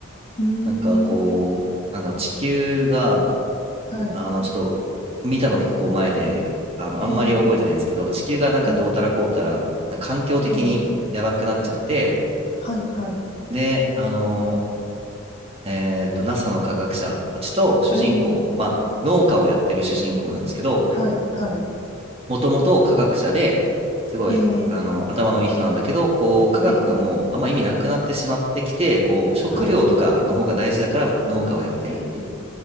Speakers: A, on the left (about 30°); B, on the right (about 30°).
A: うーん、
B: なんかこう、
A: ええ
B: あの、地球が、
A: はい、
B: あの、ちょっと、見たの結構前で、あの、
A: ええ
B: あんまり覚えてないんですけど、地球がなんかどうたらこうたら、
A: はい、
B: 環境的にやばくなっちゃって、
A: ええはい、はい、
B: で、あの、えっと、NASA の科学者たちと主人公、
A: え
B: まあ、農家をやってる主人公なんですけど、
A: えええはい、はい、
B: もともと科学者で、すごい、
A: ええ
B: あの、頭のいい人なんだけど、こう、科学がもうあんま意味なくなってしまってきて、
A: ええ
B: こう、食料とかの方が大事だから農家をやってるっていう。
A: はい、はい、ええ